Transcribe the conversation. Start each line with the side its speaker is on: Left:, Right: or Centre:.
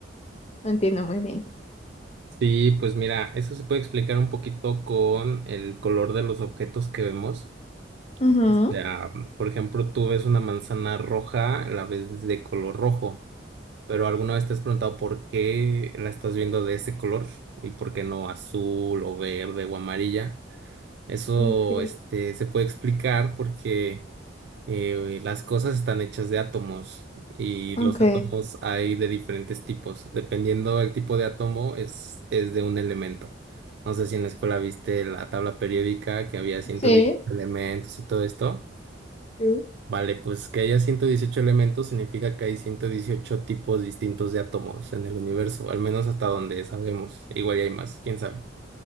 Left: No entiendo muy bien.
Right: Sí, pues mira, eso se puede explicar un poquito con el color de los objetos que vemos.
Left: Ujú,
Right: O sea, por ejemplo, tú ves una manzana roja, la ves de color rojo, pero alguna vez te has preguntado por qué la estás viendo de ese color y por qué no azul o verde o amarilla. Eso,
Left: Ok,
Right: este, se puede explicar porque eh, las cosas están hechas de átomos y
Left: ok,
Right: los átomos hay de diferentes tipos. Dependiendo del tipo de átomo, es, es de un elemento. No sé si en la escuela viste la tabla periódica que había ciento
Left: sí.
Right: dieciocho elementos y todo esto.
Left: sí.
Right: Vale, pues que haya 118 elementos significa que hay 118 tipos distintos de átomos en el universo, al menos hasta donde sabemos. Igual y hay más, quién sabe.